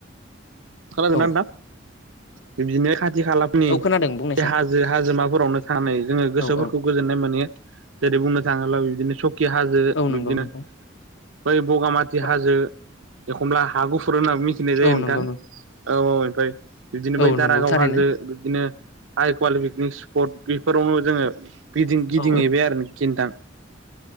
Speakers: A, on the right; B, on the left.
A: खोनांदोंना
B: औ
A: नोंथां बिदिनो खाथि खाला फोरनि
B: औ खोनादों बुंनायसाय
A: बे हाजो हाजोमा फोरावनो थांनानै जोङो गोसो
B: औ
A: फोरखौ
B: औ
A: गोजोननाय मोनियो जेरै बुंनो थाङोब्ला बिदिनो खि हाजो
B: औ
A: बिबदिनो
B: नंगौ नोंथां
A: बै बगामाथि
B: औ
A: हाजो एखमब्ला हा गुफु होननाबो मिथिनाय जायो
B: औ
A: नोंथां
B: नंगौ
A: औ औ ओमफाय बिब्दिनो
B: औ
A: बै दारागाव
B: नंगौ थारैनो
A: हाजो बिब्दिनो आइ पवालि पिकनिक स्पट बेफोरावनो जोङो गिदिं गिदिंहैबाय
B: औ
A: आरो नोखि नोंथां